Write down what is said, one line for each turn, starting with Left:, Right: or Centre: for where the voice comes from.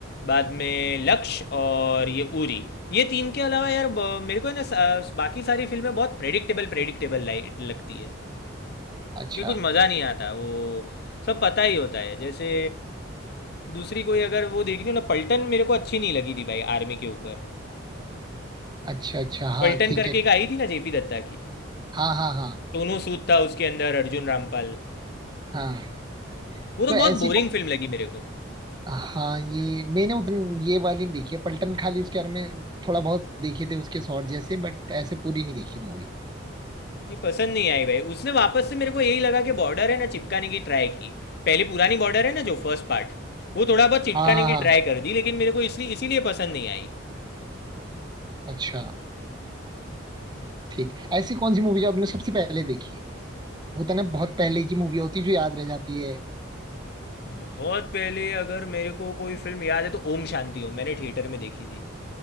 Left: बाद में लक्ष्य और ये उरी ये तीन के अलावा यार ब- मेरे को है ना सा- बाकी सारी फिल्में बहुत प्रेडिक्टेबल प्रेडिक्टेबल लगती है
Right: अच्छा
Left: कि कुछ मज़ा नहीं आता वो सब पता ही होता है जैसे दूसरी कोई अगर वो देखनी हो ना पलटन मेरे को अच्छी नहीं लगी थी भाई आर्मी के ऊपर
Right: अच्छा अच्छा हाँ
Left: पलटन
Right: ठीक
Left: करके
Right: है
Left: एक आई थी ना जेपी दत्ता की
Right: हाँ हाँ हाँ
Left: सोनू सूद था उसके अंदर अर्जुन रामपाल
Right: हाँ
Left: वो तो
Right: तो ऐसी
Left: बहुत बोरिंग
Right: कौन
Left: फिल्म लगी मेरे को
Right: हाँ ये मैंने उतन ये वाली नहीं देखी है पलटन खाली उसके बारे में थोड़ा बहुत देखे थे उसके शॉर्ट जैसे बट ऐसे पूरी नहीं देखी मूवी
Left: नहीं पसंद नहीं आई भाई उसने वापस से मेरे को यही लगा कि बॉर्डर है ना चिपकाने की ट्राई की पहले पुरानी बॉर्डर है ना जो फर्स्ट पार्ट वो थोड़ा बहुत चिपकाने
Right: हाँ हाँ हाँ
Left: की ट्राई कर दी लेकिन मेरे को इसलिए इसीलिए पसंद नहीं आई
Right: अच्छा ठीक ऐसी कौन सी मूवी जो आपने सबसे पहले देखी है होता है ना बहुत पहले की मूवी होती है जो याद रह जाती है
Left: बहुत पहले अगर मेरे को कोई फिल्म याद है तो ओम शांति ओम मैंने थिएटर में देखी थी